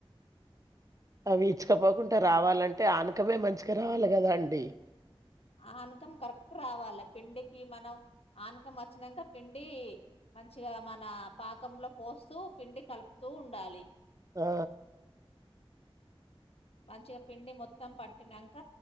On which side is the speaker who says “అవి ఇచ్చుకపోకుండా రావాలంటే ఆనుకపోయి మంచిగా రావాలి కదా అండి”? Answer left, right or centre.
Right